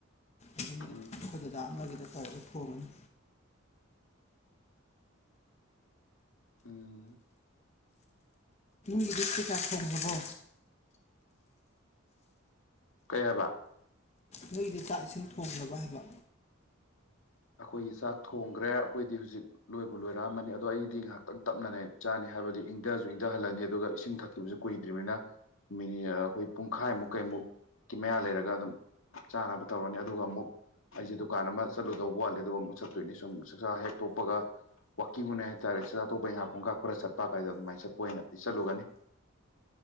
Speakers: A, on the left; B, on the left.
A: ꯑꯗꯨꯅ
B: ꯎꯝ
A: ꯑꯩꯈꯣꯏꯗ ꯂ ꯑꯃꯗ ꯇꯧꯔꯒ ꯊꯣꯡꯉꯅꯤ
B: ꯎꯝ
A: ꯒꯤꯗꯤ ꯀ ꯀ ꯊ ꯍꯕꯣ
B: ꯀꯩ ꯍꯥꯏꯕ
A: ꯅꯣꯏꯒꯤꯗꯤ ꯆꯥꯛ ꯏꯁꯤꯡ ꯊꯣꯡꯅꯕ ꯍꯥꯏꯕ
B: ꯑꯩꯈꯣꯏꯒꯤ ꯆꯥꯛ ꯊꯣꯡꯈ꯭ꯔꯦ ꯑꯩꯈꯣꯏꯗꯤ ꯍꯧꯖꯤꯛ ꯂꯣꯏꯕ ꯂꯣꯏꯔꯛꯑꯃꯅꯤ ꯑꯗꯣ ꯑꯩꯗꯤ ꯉꯥꯏꯍꯥꯛꯇꯪ ꯇꯞꯅꯅꯦ ꯆꯥꯅꯤ ꯍꯥꯏꯕꯗꯤ ꯏꯪꯊꯁꯨ ꯏꯪꯊꯍꯜꯂꯅꯤ ꯑꯗꯨꯒ ꯏꯁꯤꯡ ꯊꯛꯈꯤꯕꯁꯨ ꯀꯨꯏꯗ꯭ꯔꯤꯕꯅꯤꯅ ꯃꯤꯅꯤ ꯑꯩꯈꯣꯏ ꯄꯨꯡꯈꯥꯏꯃꯨꯛ ꯀꯩꯃꯨꯛ ꯀꯤ ꯃꯌꯥ ꯂꯩꯔꯒ ꯑꯗꯨꯝ ꯆꯥꯅꯕ ꯇꯧꯔꯅꯤ ꯑꯗꯨꯒ ꯑꯃꯨꯛ ꯑꯩꯁꯦ ꯗꯨꯀꯥꯟ ꯑꯃ ꯆꯠꯂꯨ ꯂꯧꯕ ꯋꯥꯠꯂꯦ ꯑꯗꯨꯒ ꯑꯃꯨꯛ ꯆꯠꯇꯣꯏꯅꯦ ꯁꯨꯝ ꯆꯛꯆꯥ ꯍꯦꯛ ꯊꯣꯛꯣꯛꯄꯒ ꯋꯥꯋꯀꯤꯡꯒꯅꯦ ꯍꯥꯏꯇꯥꯔꯦ ꯆꯠ ꯑꯇꯣꯞꯄ ꯍꯤꯈꯥꯛꯠꯣꯡꯥꯞ ꯈꯔ ꯆꯠꯄ ꯀꯥꯏꯗ ꯑꯗꯨꯃꯥꯏ ꯆꯠꯄ ꯑꯣꯏꯅ ꯑꯩ ꯆꯠꯂꯨꯒꯅꯤ